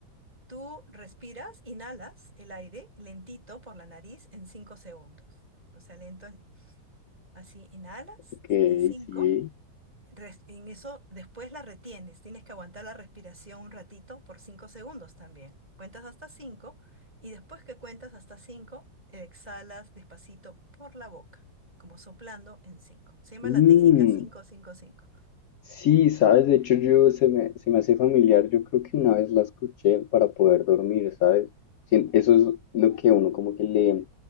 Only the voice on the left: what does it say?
ok,
sí.
Mm,
sí, sabes, de hecho yo se me, se me hace familiar, yo creo que una vez la escuché para poder dormir, ¿sabes? Sí, eso es lo que uno como que le,